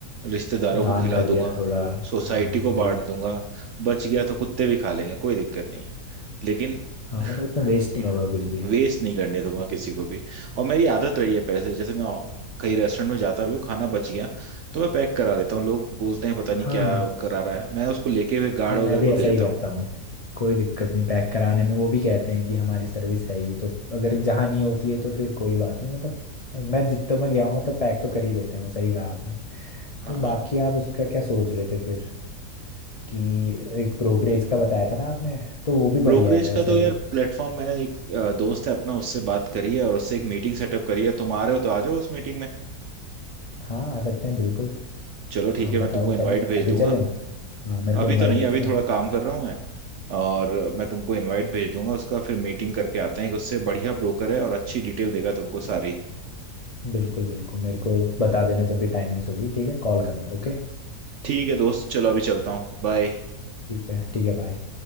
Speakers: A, on the right; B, on the left.
A: रिश्तेदारों को
B: दान
A: खिला
B: कर
A: दूंगा
B: दिया थोड़ा
A: सोसाइटी
B: हाँ
A: को बांट
B: बीच
A: दूंगा बच गया तो कुत्ते भी खा लेंगे कोई दिक्कत नहीं है लेकिन
B: हाँ
A: <laughs>
B: मतलब उसमें वेस्ट नहीं होगा कुछ भी
A: वेस्ट नहीं करने दूंगा किसी को भी और मेरी आदत रही है पहले से जैसे मैं कहीं रेस्टोरेंट में जाता भी हूँ खाना बच गया तो मैं पैक करा देता हूँ लोग बोलते हैं पता नहीं
B: हाँ
A: क्या करा रहा है मैं उसको लेके हुए
B: हाँ
A: गार्ड
B: मैं
A: वगैरह
B: भी
A: को
B: ऐसा
A: दे देता
B: ही करता
A: हूँ
B: हूँ कोई दिक्कत नहीं पैक कराने में वो भी कहते हैं कि हमारी सर्विस है ही तो अगर जहाँ नहीं होती है तो फिर कोई बात नहीं मतलब मैं जितों में गया हूँ तो पैक तो कर ही देते हैं वो सही कहा आपने
A: हाँ
B: तो बाकी आप उसका क्या सोच रहे थे फिर कि एक ब्रोकरेज का बताया था ना आपने तो वो भी
A: ब्रोकरेज
B: बढ़िया है वैसे
A: का तो
B: अगर
A: यार प्लेटफॉर्म मैंने एक अ, दोस्त है अपना उससे बात करी है और उससे एक मीटिंग सेटअप करी है तुम आ रहे हो तो आ जाओ उस मीटिंग में
B: हाँ आ सकते हैं बिल्कुल
A: चलो ठीक
B: आप
A: है
B: बताओ
A: मैं तुमको इनवाइट
B: चले
A: भेज
B: अभी
A: दूंगा
B: चलें हाँ मेरे
A: अभी
B: को इनवाइट
A: तो नहीं
B: भेजो
A: अभी
B: ना
A: थोड़ा
B: आपको
A: काम कर रहा हूँ मैं और मैं तुमको इनवाइट भेज दूंगा उसका फिर मीटिंग करके आते हैं एक उससे बढ़िया ब्रोकर है और अच्छी डिटेल देगा तुमको सारी
B: बिल्कुल बिल्कुल मेरे को बता देना जब भी टाइमिंग्स होगी ठीक है कॉल करना ओके
A: ठीक है दोस्त चलो अभी चलता हूँ बाय
B: ठीक है ठीक है बाय